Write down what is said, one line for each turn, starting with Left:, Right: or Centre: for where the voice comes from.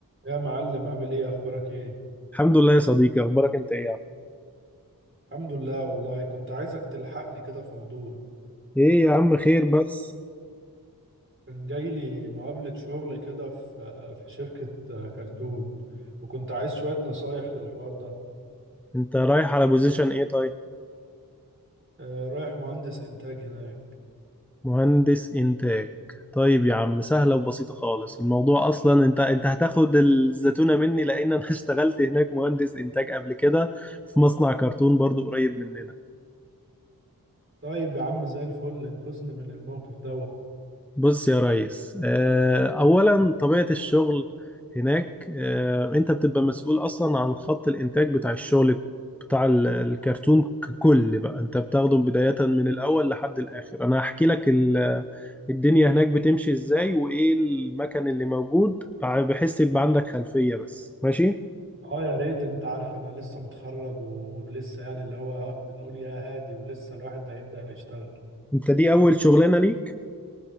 Right: يا معلم عامل ايه اخبارك ايه
Centre: الحمد لله يا صديقي اخبارك انت ايه يا عم
Right: الحمد لله والله كنت عايزك تلحقني كده في موضوع
Centre: ايه يا عم خير بس
Right: كان جاي لي مقابلة شغل كده في في شركة آه، كرتون وكنت عايز شوية نصايح للحوار ده
Centre: انت رايح على بوزيشن ايه طيب
Right: آه، رايح مهندس انتاج هناك
Centre: مهندس انتاج طيب يا عم سهله وبسيطه خالص الموضوع اصلا انت انت هتاخد الزتونه مني لان انا <laughs> اشتغلت هناك مهندس انتاج قبل كده في مصنع كرتون برضو قريب مننا
Right: طيب يا عم زي الفل انقذني من الموقف دوت
Centre: بص يا ريس آه، أولا طبيعة الشغل هناك آه، أنت بتبقى مسؤول أصلا عن خط الإنتاج بتاع الشغل بتاع ال- الكرتون ككل بقى أنت بتاخده بداية من الأول لحد الآخر أنا هحكي لك ال- الدنيا هناك بتمشي إزاي وإيه المكان اللي موجود بحيث يبقى عندك خلفية بس ماشي
Right: اه يا ريت انت عارف انا لسه متخرج ولسه يعني اللي هو اه بنقول يا هادي ولسه الواحد هيبدأ يشتغل
Centre: أنت دي أول شغلانة ليك